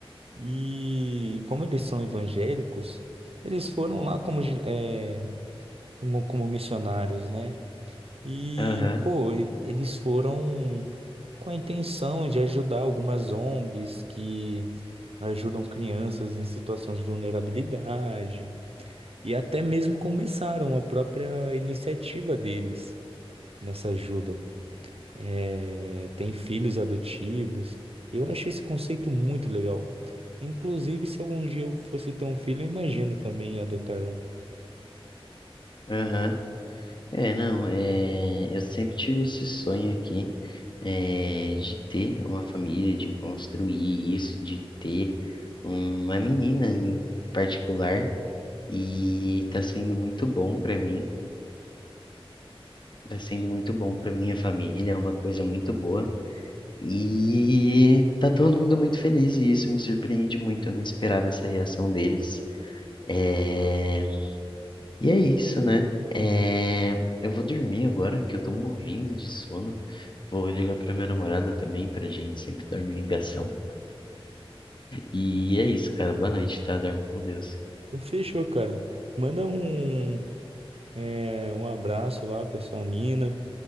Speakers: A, on the right (about 75°); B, on the left (about 50°).
A: E como eles são evangélicos, eles foram lá como, gi- é, como como missionários, né? E,
B: Aham,
A: pô, e- eles foram com a intenção de ajudar algumas ONGs que ajudam crianças em situações de vulnerabilidade. E até mesmo começaram a própria iniciativa deles nessa ajuda. é, tem filhos adotivos. Eu achei esse conceito muito legal. Inclusive, se algum dia eu fosse ter um filho, eu imagino também adotar um.
B: aham. É, não, é, eu sempre tive esse sonho aqui, é, de ter uma família, de construir isso, de ter uma menina em particular, e tá sendo muito bom pra mim, tá sendo muito bom pra minha família, é uma coisa muito boa. E tá todo mundo muito feliz e isso me surpreende muito. Eu não esperava essa reação deles. É... E é isso, né? É... Eu vou dormir agora, que eu tô morrendo de sono. Vou ligar pra minha namorada também, pra gente sempre dormir em ligação. E é isso, cara. Boa noite, tá? Dorme com Deus.
A: Então, Fechou, cara. Manda um, é, um abraço lá pra sua mina.